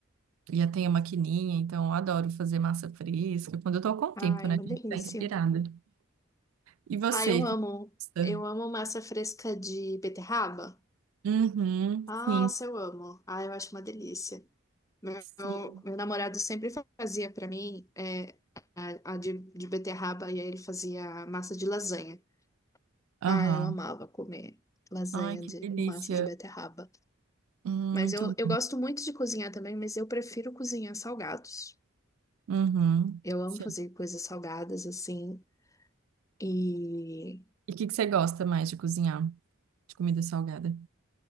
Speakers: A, on the right; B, on the left.
A: e já tenho a maquininha, então eu adoro fazer massa fresca, quando eu tô com
B: Ai,
A: tempo, né?
B: é uma
A: Tem
B: delícia.
A: que estar inspirada. E você?
B: Ah, eu amo.
A: que gosta?
B: Eu amo massa fresca de beterraba.
A: Uhum,
B: Nossa,
A: sim,
B: eu amo. Ah, eu acho uma delícia. Meu,
A: sim.
B: meu namorado sempre fazia pra mim é, a, a de, de beterraba e aí ele fazia massa de lasanha.
A: Aham.
B: Ah, eu amava comer lasanha
A: Ai, que
B: de,
A: delícia.
B: com massa de beterraba.
A: Hum,
B: Mas
A: Muito
B: eu,
A: bom.
B: eu gosto muito de cozinhar também, mas eu prefiro cozinhar salgados.
A: Uhum.
B: Eu amo
A: Sim.
B: fazer coisas salgadas assim. E
A: E o que que você gosta mais de cozinhar? De comida salgada?